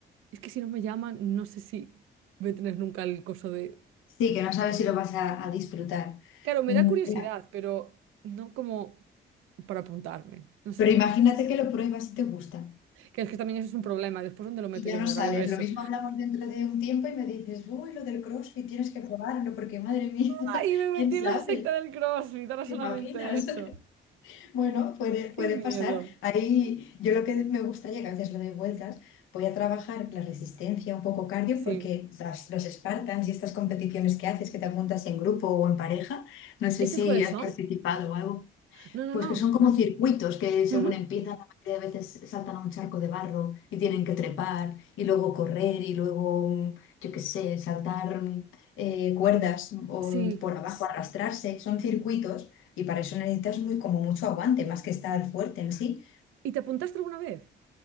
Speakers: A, on the right; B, on the left.
A: es que si no me llama, no sé si voy a tener nunca el coso de
B: Sí, que no sabes si lo vas a, a disfrutar.
A: Claro, me
B: Mm,
A: da curiosidad,
B: ya.
A: pero no como para apuntarme, no sé.
B: Pero imagínate que lo pruebas y te gusta.
A: Que es que también eso es un problema, después dónde lo meto
B: y ya
A: yo en
B: no
A: mi
B: sales.
A: horario eso.
B: Lo mismo hablamos dentro de un tiempo y me dices, uy, lo del CrossFit tienes que probarlo, porque madre mía, <laughs>
A: Ay, me metí
B: quién sabe.
A: en la secta del CrossFit, ahora
B: ¿Te
A: solamente
B: imaginas?
A: eso.
B: <laughs> Bueno, puede,
A: Qué
B: puede
A: miedo.
B: pasar. Ahí yo lo que me gustaría, que a veces lo doy vueltas, voy a trabajar la resistencia, un poco cardio,
A: Sí.
B: porque las, los Spartans y estas competiciones que haces, que te apuntas en grupo o en pareja, no sé
A: ¿Esos
B: si
A: cuáles
B: has
A: son?
B: participado o algo
A: No, no,
B: pues
A: no.
B: que son
A: no.
B: como circuitos que según
A: Ujú.
B: empiezan, la mayoría de veces saltan a un charco de barro y tienen que trepar y luego correr y luego, mm, yo qué sé, saltar mm, eh, cuerdas o
A: Sí.
B: por abajo arrastrarse. Son circuitos y para eso necesitas muy, como mucho aguante, más que estar fuerte en sí.
A: ¿Y te apuntaste alguna vez?